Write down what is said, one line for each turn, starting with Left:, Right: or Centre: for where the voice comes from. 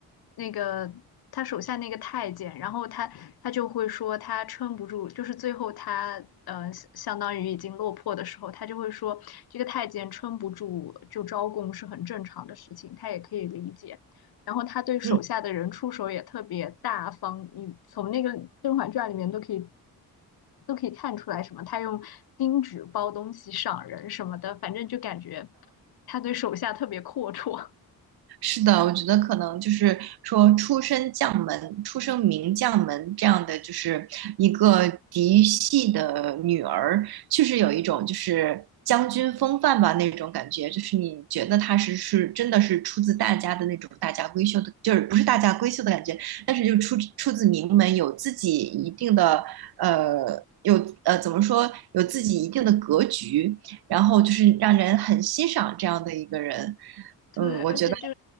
Left: 那个他手下那个太监，然后他他就会说他撑不住，就是最后他呃相相当于已经落魄的时候，他就会说这个太监撑不住就招供是很正常的事情，他也可以理解。然后他对手下的人出手也特别大方，
Right: 嗯。
Left: 你从那个《甄嬛传》里面都可以都可以看出来什么，他用金纸包东西赏人什么的，反正就感觉他对手下特别阔绰。
Right: 是的，我觉得可能就是说出身将门、出生名将门这样的，就是一个嫡系的女儿，确实有一种就是将军风范吧那种感觉，就是你觉得她是是真的是出自大家的那种大家闺秀的，就是不是大家闺秀的感觉，但是就出出自名门，有自己一定的呃。有呃，怎么说？有自己一定的格局，然后就是让人很欣赏这样的一个人。
Left: 对，
Right: 嗯，
Left: 而且就
Right: 我觉得。